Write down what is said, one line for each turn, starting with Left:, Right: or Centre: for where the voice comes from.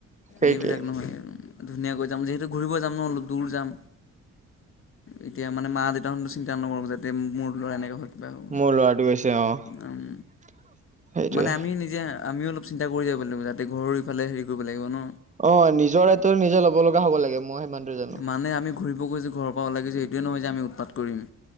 Right: সেইটোৱে
Left: এইবিলাক নহয় জানো? ধুনীয়াকৈ যাম। যিহেতু ঘূৰিব যাম ন অলপ দূৰ যাম। এতিয়া মানে মা দেউহতো চিন্তা নকৰক যাতে মোৰ ল'ৰা এনেকৈ হয় কিবা হ'ব।
Right: মোৰ ল'ৰাটো গৈছে, অ।
Left: উম,
Right: সেইটোয়ে
Left: মানে আমি নিজে আমি অলপ চিন্তা কৰি যাব লাগিব যাতে ঘৰ ইফালে হেৰি কৰিব লাগিব ন?
Right: অ নিজৰ দায়িত্ব নিজে ল'ব লগা হ'ব লাগে মই সিমানটো জানো
Left: মানে আমি ঘুৰিব গৈছো, ঘৰৰ পৰা ওলাই গৈছো। এইটোৱেই নহয় যে আমি উৎপাত কৰিম।